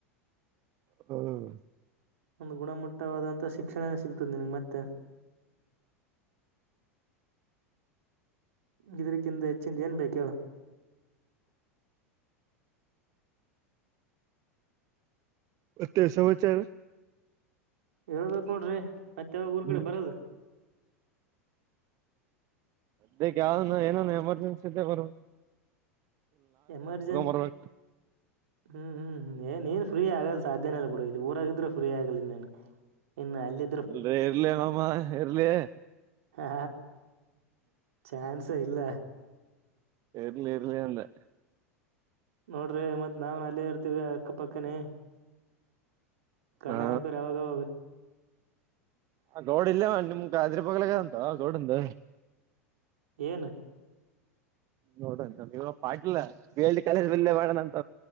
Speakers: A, on the right; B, on the right.
A: ಹ್ಮ್.
B: ಒಂದು ಗುಣಮಟ್ಟವಾದಂತಹ ಶಿಕ್ಷಣನೇ ಸಿಗ್ತದ ನಿನಗ್ ಮತ್ತೆ. ಇದ್ರಕಿಂದ ಹೆಚ್ಚಿಂದ ಏನ್ ಬೇಕ ಹೇಳ.
A: ಮತ್ತೆ ಸಮವಚಾರ.
B: ಹೇಳ್ಬೇಕ್ ನೋಡ್ರಿ ಮತ್ತ ಯಾವಾಗ ಊರ್
A: ಹ್ಮ್
B: ಕಡೆ ಬರೋದ.
A: ಬೇಕ್ ಯಾವ್ದನ ಏನನಾ ಎಮರ್ಜೆನ್ಸಿ ಇದ್ದರ ಬರಬಕ್ಕ.
B: ಎಮರ್ಜೆನ್ಸಿ.
A: ಬರ್ಬೇಕ
B: ಹ್ಮ್ ಹ್ಮ್ ಹ್ಮ್ ಏ ನೀನ್ ಫ್ರೀ ಆಗೋದ ಸಾಧ್ಯನೆ ಇಲ್ಲ ಬಿಡ ಇಲ್ಲಿ ಊರಾಗಿದ್ರ ಫ್ರೀ ಆಗಲ್ಲ ಇನ್ನೆನು. ಇನ್ನ ಅಲ್ಲಿ
A: ಇರ್ಲಿರಿ ಇರ್ಲಿ ಮಾಮ ಇರ್ಲಿ.
B: ಹಾ ಚಾನ್ಸೆ ಇಲ್ಲ.
A: ಇರ್ಲಿ ಇರ್ಲಿ ಅಂದೇ.
B: ನೋಡ್ರಿ ಮತ್ ನಾವ್ನ ಅಲ್ಲೇ ಇರ್ತೀವಿ ಅಕ್ಕಪಕ್ಕನೇ. ಕಣ್ಣಗ್
A: ಹಾ
B: ಹಾಕೋರಿ ಅವಾಗ ಅವಾಗ.
A: ಆ ಗೌಡ್ ಇಲ್ಲೇವ ನಿಮ್ಗ ಇದ್ರ ಬಗಲಗ ಆದ ಅಂತ ಗೌಡಂದ.
B: ಏನ.
A: ನೋಡಂತಿ ಅಂತ ಪಾಟೀಲ್ ಬಿಲ್ಡಿ ಕಾಲೇಜ್ ಬಲ್ಲೆ ಮಾಡ್ಯಾನ್ ಅಂತ